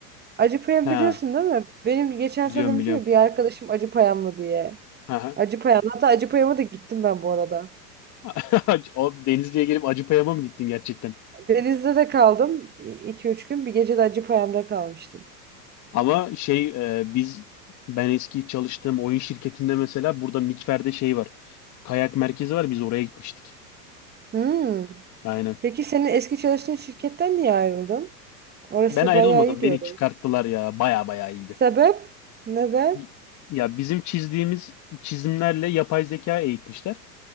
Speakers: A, on the right (about 20°); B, on the left (about 35°).
A: Acı payam
B: Ha
A: biliyorsun değil mi? Benim geçen
B: biliyorum
A: sene demiştim
B: biliyorum.
A: ya bir arkadaşım acı payam mı diye.
B: Ha <laughs>
A: Acı payam. Hatta acı payama da gittim ben bu arada.
B: ha. O Denizli'ye gelip Acıpayam'a mı gittin gerçekten?
A: Denizli'de de kaldım. iki üç gün bir gece de acı payamda kalmıştım.
B: Ama şey e, biz ben eski çalıştığım oyun şirketinde mesela burada Nikfer'de şey var. Kayak merkezi var biz oraya gitmiştik.
A: Hmm.
B: Aynen.
A: Peki senin eski çalıştığın şirketten niye ayrıldın? Orası
B: Ben ayrılmadım
A: bayağı iyi diyordun.
B: beni çıkarttılar ya baya baya iyiydi.
A: Sebep? Neden?
B: Y- Ya bizim çizdiğimiz çizimlerle yapay zeka eğitmişler.